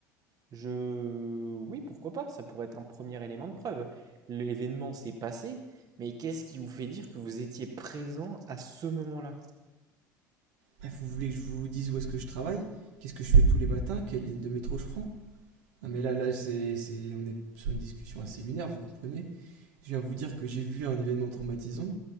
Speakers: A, on the right; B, on the right.
A: Je... Oui, pourquoi pas, ça pourrait être un premier élément de preuve. L'événement s'est passé, mais qu'est-ce qui vous fait dire que vous étiez présent à ce moment-là?
B: Bref, vous voulez que je vous dise où est-ce que je travaille Qu'est-ce que je fais tous les matins Quelle ligne de métro je prends Non, mais là, là c'est, c'est- on est sur une discussion assez lunaire, vous comprenez Je viens vous dire que j'ai vu un événement traumatisant,